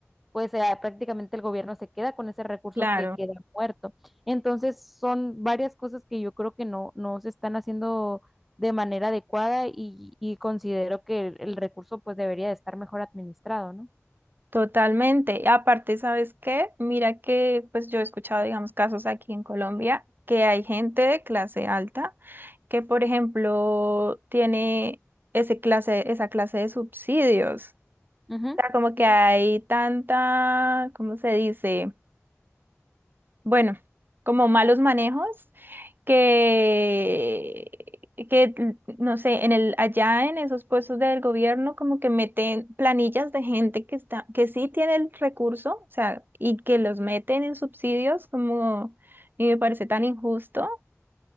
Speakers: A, in the centre; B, on the right.
A: pues eh, prácticamente el gobierno se queda con ese recurso
B: claro.
A: que queda muerto. Entonces son varias cosas que yo creo que no, no se están haciendo de manera adecuada y, y considero que el, el recurso pues debería de estar mejor administrado, ¿no?
B: Totalmente. Y aparte, ¿sabes qué? Mira que pues yo he escuchado, digamos, casos aquí en Colombia que hay gente de clase alta que, por ejemplo, tiene ese clase, esa clase de subsidios.
A: Ujú,
B: O sea, como que
A: Sí,
B: hay tanta, ¿cómo se dice? Bueno, como malos manejos que, que, no sé, en el, allá en esos puestos del gobierno, como que meten planillas de gente que está, que sí tiene el recurso, o sea, y que los meten en subsidios, como, y me parece tan injusto,